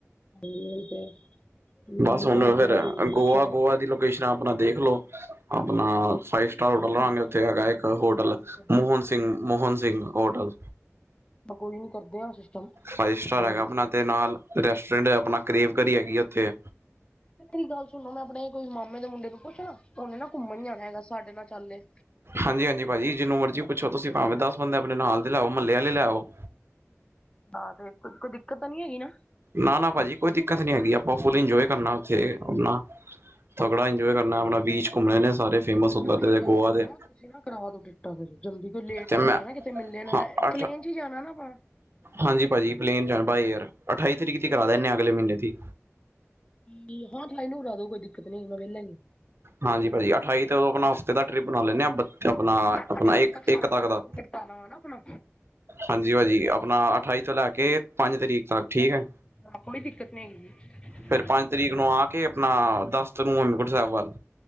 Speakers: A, on the left (about 20°); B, on the right (about 50°).
A: ਸਈ ਗੱਲ ਤੇ ਉਹਦਾ
B: ਬਸ
A: ਬਹੁਤ
B: ਹੁਣ
A: ਹਾਲਤ
B: ਫਿਰ
A: ਖਰਾਬ ਹੋ ਗਈ ਸੀ
B: ਗੋਆ-ਗੋਆ
A: ਪਿੱਛੇ ਦਾ
B: ਦੀ ਲੋਕੇਸ਼ਨਾਂ ਆਪਣਾ ਦੇਖਲਓ ਆਪਣਾ ਫਾਈਵ
A: ਕੋਈ
B: ਸਟਾਰ
A: ਨਹੀਂ ਕੋਈ
B: ਹੋਟਲ
A: ਨੀ, ਕਰਦੇ
B: ਲਾਂਗੇ ਉੱਥੇ
A: ਆ ਕਰਦੇ
B: ਹੈਗਾ ਇੱਕ
A: ਆ
B: ਹੋਟਲ
A: ਹਾਂਜੀ ਕਰਦੇ
B: ਮੋਹਨ ਸਿੰਘ-ਮੋਹਨ ਸਿੰਘ ਹੋਟਲ
A: ਆ ਕੋਈ ਨੀ ਕਰਦੇ ਆ ਸਿਸਟਮ
B: ਫਾਈਵ ਸਟਾਰ
A: ਕੋਈ
B: ਹੈਗਾ
A: ਵੀ
B: ਆਪਣਾ ਤੇ ਨਾਲ ਰੈਸਟੋਰੈਂਟ ਆਪਣਾ ਕਰੇਵ ਕਰੀ ਹੈਗੀ ਉੱਥੇ
A: ਮੇਰੀ ਗੱਲ ਸੁਣੋ ਮੈਂ ਆਪਣੇ ਕੋਈ ਮਾਮੇ ਦੇ ਮੁੰਡੇ ਨੂੰ ਪੁੱਛ ਲਾਂ ਉਨੇ ਨਾ ਘੁੰਮਣ ਜਾਣਾ ਹੈਗਾ ਸਾਡੇ ਨਾਲ ਚੱਲ ਲੇ।
B: ਹਾਂਜੀ-ਹਾਂਜੀ ਭਾਜੀਜਿਨੂੰ ਮਰਜ਼ੀ ਪੁੱਛੋ ਤੁਸੀ ਭਾਵੇਂ ਦਸ ਬੰਦੇ ਆਪਣੇ ਨਾਲ ਦੇ ਲੈ ਆਓ ਮਹੱਲੇ ਆਲੇ ਲੈ ਆਓ।
A: ਹਾਂ ਤੇ ਕੋਈ ਦਿੱਕਤ ਤਾਂ ਨਈ ਹੈਗੀ ਨਾ।
B: ਨਾ-ਨਾ ਭਾਜੀ ਕੋਈ ਦਿੱਕਤ ਨੀ ਹੈਗੀ ਆਪਾਂ ਫੁੱਲ ਇੰਜੋਏ ਕਰਨਾ ਉੱਥੇ ਆਪਣਾ ਤਗੜਾ ਇੰਜੋਏ ਕਰਨਾ ਆਪਣਾ ਬੀਚ ਘੁੰਮਣੇ ਨੇ ਸਾਰੇ ਫੇਮਸ ਉੱਧਰ
A: ਫਿਰ ਮੇਰੀ
B: ਦੇ
A: ਗੱਲ
B: ਗੋਆ
A: ਸੁਨੋ
B: ਦੇ
A: ਤੁਸੀਂ ਨਾ ਕਰਾ ਦੋ ਗੇ। ਆਹੋ ਜੀ ਜਲਦੀ ਕੋਈ ਲੇਟ
B: ਤੇ
A: ਨਾ
B: ਮੈਂ
A: ਹੋ ਜਾਏ ਨਾ ਕਿਤੇ ਮਿਲੇ ਨਾ
B: ਹਾਂ ਅੱਠ
A: ਪਲੇਨ 'ਚ ਈ ਜਾਣਾ ਨਾ ਆਪਾਂ
B: ਹਾਂਜੀ ਭਾਜੀਪਲੇਨ ਜਾਂ ਬਾਏ ਏਅਰ ਅਠਾਈ ਤਰੀਕ ਦੀ ਕਰਾ ਦਿੰਨੇ ਹਾਂ ਆ ਅਗਲੇ ਮ੍ਹੀਨੇ ਦੀ
A: ਜੀ ਹਾਂ ਠਾਈ ਨੂੰ ਲਾ ਦੋ ਕੋਈ ਦਿੱਕਤ ਨੀ ਮੈਂ ਵੇਲਾ ਈ ਆਂ।
B: ਹਾਂਜੀ ਭਾਜੀ ਅਠਾਈ ਤੋਂ ਆਪਣਾ ਹਫ਼ਤੇ ਦਾ ਟਰਿਪ ਬਣਾ ਲੈਂ ਨੇ ਆ ਬ ਤੇ ਆਪਣਾ-ਆਪਣਾ
A: ਹਾਂ ਮੈਂ ਅਠਾਈ
B: ਇੱਕ-ਇੱਕ
A: ਸਾਰਾ
B: ਤੱਕ
A: ਕੰਮ
B: ਦਾ
A: ਕੁਮ ਨਿਪਟਾ ਲਵਾਂ ਨਾ ਆਪਣਾ
B: ਹਾਂਜੀ ਭਾਜੀ ਆਪਣਾ ਅਠਾਈ ਤੋਂ ਲੈ ਕੇ ਪੰਜ ਤਰੀਕ ਤੱਕ ਠੀਕ ਏ।
A: ਹਾਂ ਕੋਈ ਦਿੱਕਤ ਨਈ ਹੈਗੀ।
B: ਫਿਰ ਪੰਜ ਤਰੀਕ ਨੂੰ ਆ ਕੇ ਆਪਣਾ ਦਸ ਨੂੰ ਹੇਮਕੁੰਟ ਸਾਹਿਬ ਵੱਲ